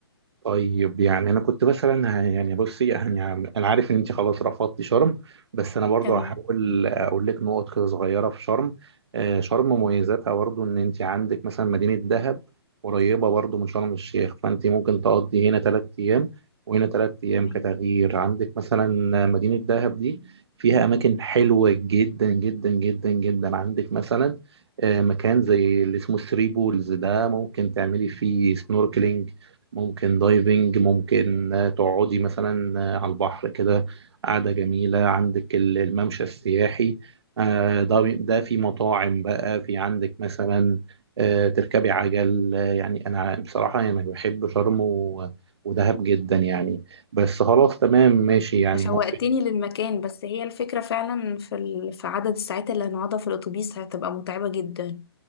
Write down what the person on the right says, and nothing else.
طيب يعني انا كنت مثلا ه- يعني بصي يعني انا عارف ان انت خلاص رفضتي شرم بس انا برضو
هحاول اقول لك نقط كده صغيره في شرم آه، شرم مميزاتها برضو ان انت عندك مثلا مدينه دهب قريبه برضو من شرم الشيخ فانت ممكن تقضي هنا ثلاث ايام وهنا ثلاث ايام
كتغيير عندك مثلا مدينه دهب دي فيها اماكن حلوه جدا جدا جدا جدا عندك مثلا آه، مكان زي اللي اسمه ثري بولز ده ممكن تعملي فيه سنوركلينج ممكن دايفنج ممكن آه، تقعدي مثلا آه، على البحر كده قعدة جميلة عندك ال- الممشى السياحي آه، ده ده في مطاعم بقى في عندك مثلا آه، تركبي عجل آه، يعني أنا بصراحة يعني بحب شرم و- ودهب جدا يعني بس خلاص تمام ماشي
يعني
ممكن